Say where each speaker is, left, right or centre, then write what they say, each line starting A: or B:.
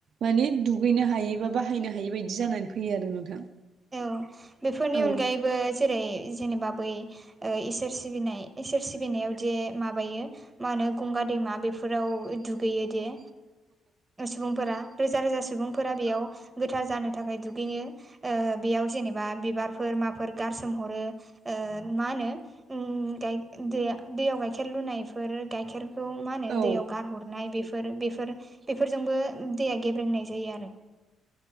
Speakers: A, on the right; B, on the right.
A: माने दुगैनो हायै बा बाहायनो हायै बायदि जानानै फैयो आरो नोंथां
B: औ बेफोरनि
A: औ
B: अनगायैबो जेरै जेनेबा बै इसोर सिबिनाय इसोर सिबिनायाव जे माबायो मा होनो गंगा दैमा बेफोराव दुगैयो दे सुबुंफोरा रोजा रोजा सुबुंफोरा बेयाव गोथार जानो थाखाय दुगैयो बेयाव जेनेबा बिबारफोर माफोर गारसोमहरो मा होनो दैयाव गाइखेर लुनायफोर गाइखेर खौ मा होनो
A: औ
B: दैयाव गारहरनाय बेफोर बेफोर बेफोरजोंबो दैया गेब्रेंनाय जायो आरो